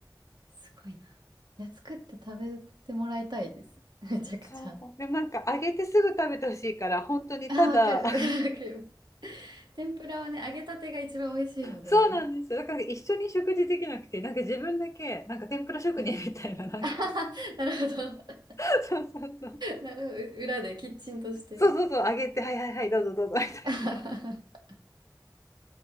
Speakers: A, on the right; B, on the left.
A: すごいな。いや、作って食べてもらいたいです。<laughs> めちゃくちゃ。
B: そう。でもなんか揚げてすぐ食べてほしいから、本当にただ、
A: ああ、わかる。
B: <laughs>
A: <laughs> わかります。天ぷらはね、揚げたてが一番美味しいので。
B: そうなんですよ。だから一緒に食事できなくて、なんか自分だけ、なんか天ぷら職人みたいな、
A: はい。<laughs>
B: なんか、
A: あははなるほど。
B: <laughs>
A: <laughs>
B: そうそうそう。
A: なるほど。う裏でキッチンとして。
B: そうそうそう、揚げて、はいはいはい、どうぞどうぞみたいな。
A: <laughs> あはは